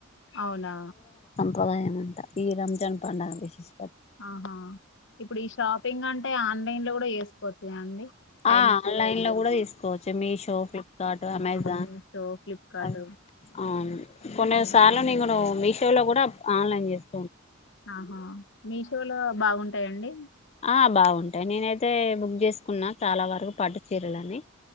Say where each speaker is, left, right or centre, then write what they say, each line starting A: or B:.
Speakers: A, on the left; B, on the left.
A: అవునా
B: ప్రదాయం అంతా ఈ రంజాన్ పండుగ విశేష్
A: ఆహా ఇప్పుడు ఈ షాపింగ్ అంటే ఆన్లైన్ లో కూడా చేసుకోవచ్చుగ అండి టైమ్
B: ఆ
A: సేవ్
B: ఆన్లైన్లో
A: అవుద్ది
B: కూడా తీసుకోవచ్చు Meesho, Flipkart, Amazon
A: Meesho Flipkart
B: అదే అవును కొన్ని
A: ఇవన్నీ
B: సార్లు నేంగ్ను మీషోలో కూడా ఆన్లైన్ చేస్
A: ఆహా మీషోలో బాగుంటాయండి
B: ఆ బావుంటాయి నేనయి తే బుక్ చేసుకున్నా చాలా వరకు పట్టు చీరలని